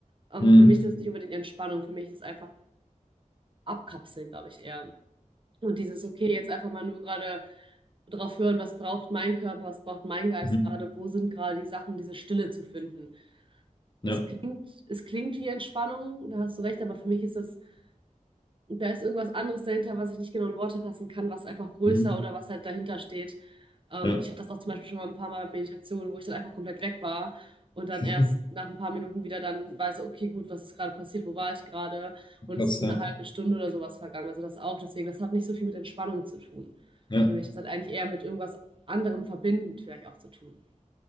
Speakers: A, on the right (about 40°); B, on the left (about 35°).
A: Ähm,
B: Mhm.
A: für mich ist das nicht unbedingt Entspannung, für mich ist das einfach abkapseln, glaube ich, eher. Und dieses, okay, jetzt einfach mal nur gerade drauf hören, was braucht mein Körper, was braucht mein Geist
B: Mhm.
A: gerade, wo sind gerade die Sachen, um diese Stille zu finden.
B: Ja.
A: Es klingt, es klingt wie Entspannung, da hast du recht, aber für mich ist das Und da ist irgendwas anderes dahinter, was ich nicht genau in Worte fassen kann, was einfach größer
B: Mhm.
A: oder was halt dahinter steht. Ähm,
B: Ja.
A: ich hatte das auch zum Beispiel schon mal ein paar Mal Meditationen, wo ich dann einfach komplett weg war und dann
B: <laughs>
A: erst nach ein paar Minuten wieder dann weiß, okay, gut, was ist gerade passiert, wo war ich gerade? Und
B: Krass,
A: es ist
B: ja.
A: eine halbe Stunde oder sowas vergangen. Also das auch. Deswegen, das hat nicht so viel mit Entspannung zu tun.
B: Ja.
A: Für mich, das hat eigentlich eher mit irgendwas anderem verbindend vielleicht auch zu tun.